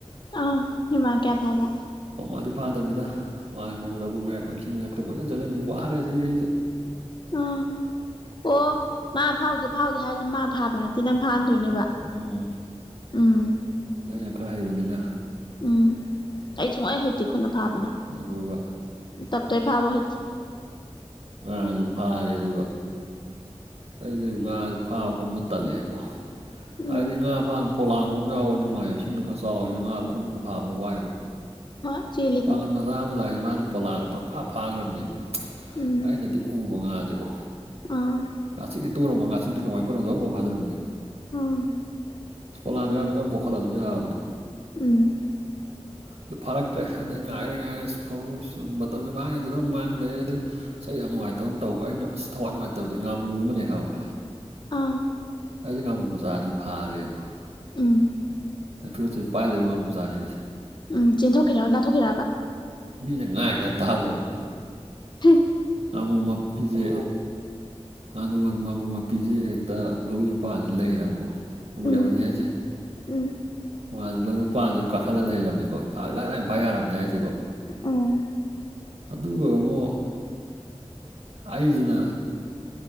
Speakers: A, on the left (about 45°); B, on the right (about 75°).
A: ꯑ ꯅꯣꯏ ꯃꯥ ꯀꯌꯥ ꯐꯥꯏꯕ
B: ꯑꯣ ꯃꯥꯗꯤ ꯐꯥꯗꯕꯅꯤꯗ ꯍꯋꯥꯉꯣꯟꯗ ꯂꯧꯕꯨꯛ ꯃꯌꯥꯏ ꯀꯣꯏ ꯏꯁꯤꯡ ꯃꯔꯛꯇ ꯀꯣꯏ ꯆꯠꯂꯦꯕ ꯋꯥꯔꯦ ꯑꯗꯨ ꯑꯩꯁꯦ
A: ꯑꯣ ꯑꯣ ꯃꯥ ꯐꯥꯎꯁꯦ ꯐꯥꯎꯁꯦ ꯍꯥꯏꯁꯦ ꯃꯥ ꯐꯥꯕ ꯅꯠꯇꯦ ꯅꯪ ꯐꯥꯍꯟꯗꯣꯏꯅꯦꯕ
B: ꯎꯝ
A: ꯎꯝ
B: ꯑꯩꯅ ꯈꯔ ꯍꯩꯕꯅꯤꯅ
A: ꯎꯝ ꯑꯩ ꯁꯨꯡ ꯍꯩꯇꯦ ꯈꯨꯠꯅ ꯐꯥꯕ ꯉꯥ
B: ꯑꯗꯨꯒ
A: ꯇꯞꯇꯩ ꯐꯥꯕ ꯐꯧ ꯍꯩꯇꯦ
B: ꯉꯥꯁꯨ ꯐꯥꯔꯦ ꯑꯗꯨꯒ ꯑꯩꯁꯦ ꯉꯥꯁꯦ ꯐꯥꯕ ꯀꯨꯝꯕ ꯇꯜꯂꯛꯑꯦꯀꯣ
A: ꯎꯝ
B: ꯍꯥꯏꯗꯤ ꯉꯥ ꯐꯥꯅ ꯄꯣꯠꯂꯥꯡꯒꯨꯝꯕ ꯌꯥꯎꯔꯗꯤ ꯅꯨꯡꯉꯥꯏꯕꯁꯤꯡꯗꯣ ꯈꯔ ꯆꯥꯎꯋꯦ ꯉꯥꯗꯣ ꯈꯨꯠꯅ ꯈꯨꯠ ꯐꯥꯕꯗꯣ ꯋꯥꯏꯑꯕ
A: ꯍꯣꯏ ꯆꯦ
B: ꯄꯥꯒꯟ ꯃꯆꯥ ꯑꯃ ꯂꯥꯛꯑꯦ ꯃꯥꯅ ꯄꯣꯂꯥꯡꯅ ꯄꯪꯐꯥ ꯐꯥꯈ꯭ꯔꯕꯅꯤ
A: ꯎꯝ
B: ꯑꯩꯅꯗꯤ ꯎꯕ ꯉꯥꯁꯦꯀꯣ
A: ꯑꯥ
B: ꯉꯥꯆꯤꯛ ꯇꯣꯡꯔꯃ ꯉꯥꯆꯤꯛꯇꯨ ꯀꯃꯥꯏꯅ ꯀꯣꯛ ꯐꯥꯖꯤꯜꯂꯨꯅꯤ
A: ꯑꯥ
B: ꯁ ꯄꯣꯂꯥꯟꯗ ꯌꯥꯎꯗ ꯑꯗꯨ ꯀꯣꯛꯠꯂ ꯑꯗꯨꯝ ꯌꯥꯕꯗꯣ
A: ꯎꯝ
B: ꯑꯗꯨ ꯐꯥꯔꯛꯇ꯭ꯔꯦ ꯑꯗꯩ ꯉꯥꯏꯔꯦ ꯉꯥꯏꯔꯦ ꯃꯇꯝꯁꯨ ꯃꯥꯡꯉꯦ ꯑꯗꯨ ꯑꯗꯨꯝ ꯃꯥꯡꯗꯦ ꯑꯗꯩ ꯁ ꯌꯥꯝ ꯅꯨꯡꯉꯥꯏꯇꯕ ꯇꯧꯕ ꯑꯩꯅ ꯑꯁ ꯊꯋꯥꯏ ꯅꯨꯡꯉꯥꯏꯇꯕꯁꯦ ꯉꯥꯃꯨ ꯑꯃꯅꯦ ꯍꯥꯏꯕ
A: ꯑꯥ
B: ꯑꯩꯗꯤ ꯉꯃꯨ ꯃꯆꯥꯗꯤ ꯐꯥꯔꯦꯕ
A: ꯎꯝ
B: ꯑꯩ ꯐꯨꯔꯤꯠꯁꯦ ꯄꯥꯏ ꯂꯩꯕ ꯉꯥꯃꯨ ꯃꯆꯥ ꯑꯥꯅꯤꯁꯦ
A: ꯎꯝ ꯆꯦꯟꯊꯣꯛꯈꯤꯔ ꯅꯥꯟꯊꯣꯛꯈꯤꯔꯑꯕ
B: ꯃꯤꯅ ꯉꯥꯡꯏꯁꯦ ꯍꯥꯟꯅ ꯇꯥꯒꯣꯃꯦ
A: ꯍ
B: ꯉꯥꯃꯨ ꯃꯄꯤꯖꯦ ꯉꯥ ꯉꯥꯃꯨ ꯃꯄꯤꯁꯦ ꯍꯦꯛꯇ ꯂꯧꯔꯤ ꯃꯄꯥꯟꯁꯤꯗ ꯂꯩꯕꯀꯣ ꯎꯔꯕꯅꯤ
A: ꯎꯝ
B: ꯍꯥꯏꯁꯦ
A: ꯎꯝ
B: ꯃꯥꯁꯦ ꯂꯧꯔꯤ ꯃꯄꯥꯟꯁꯤꯗ ꯀꯥꯈꯠꯂꯒ ꯂꯩꯔꯕꯅꯤꯀꯣ ꯍꯣꯏ ꯏꯔꯥꯏ ꯂꯥꯏꯅ ꯐꯥ ꯌꯥꯔꯕꯅꯤ ꯍꯥꯏꯁꯦꯀꯣ
A: ꯎꯝ
B: ꯑꯗꯨꯒꯉꯣ ꯑꯩꯖꯤꯅ